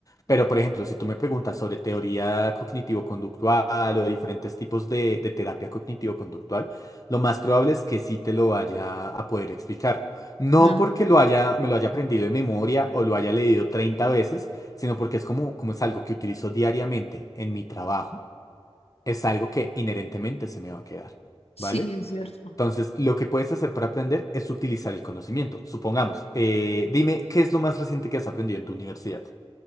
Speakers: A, on the left; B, on the left.
A: Pero, por ejemplo, si tú me preguntas sobre teoría cognitivo-conductual o diferentes tipos de, de terapia cognitivo-conductual, lo más probable es que sí te lo vaya a poder explicar. No
B: Ah,
A: porque lo haya, me lo haya aprendido de memoria o lo haya leído 30 veces, sino porque es como, como es algo que utilizo diariamente en mi trabajo es algo que inherentemente se me va a quedar,
B: sí,
A: ¿vale?
B: es cierto.
A: Entonces, lo que puedes hacer para aprender es utilizar el conocimiento. Supongamos, eh, dime, ¿qué es lo más reciente que has aprendido en tu universidad?